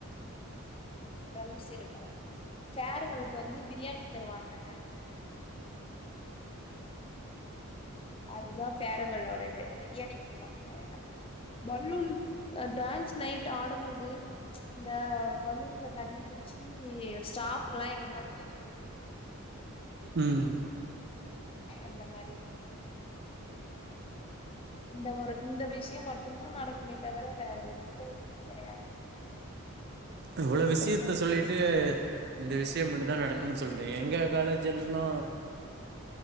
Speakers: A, on the left (about 25°); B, on the right (about 45°).
A: டரம்ஸ் இருக்கும் பேர்வளுக்கு வந்து பிரியாணி தருவாங்க அதுதான் பேரவலோட இது பிரியாணி போடுவாங்க பலூன் அந்த டான்ஸ் நைட் ஆடும் போது அந்த பலூன்ல தண்ணி புடிச்சி போயி ஸ்டாஃப்லாம் எங்க மேல தூக்கி போடு
B: ஆ ம்
A: அந்த மாரிதா இந்த ஒரு இந்த விஷியு மட்டுந்தா நடக்குமே தவர வேற எந்த எதுவுமே கெடையாது
B: இவ்வள விஷியத்த
A: ஒரு கம்
B: சொல் ட்டு இந்த விஷிய மட்டுந்தா நடக்குன்னு சொல்றீங்க எங்க காலேஜ் எல்லா